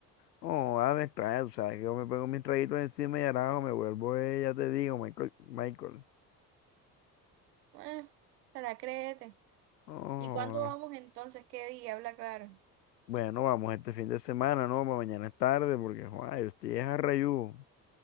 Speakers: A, on the left; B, on the right.
A: No, a me extraña, tú sabes que yo me pongo mis traguitos encima y arajo, me vuelvo ella, te digo, Michael, Michael.
B: Eh, te la créete.
A: Oh,
B: ¿Y cuándo vamos entonces? ¿Qué día? Habla claro.
A: bueno, vamos este fin de semana, ¿no? Pa' Mañana es tarde porque, joa, yo estoy es a Rayú.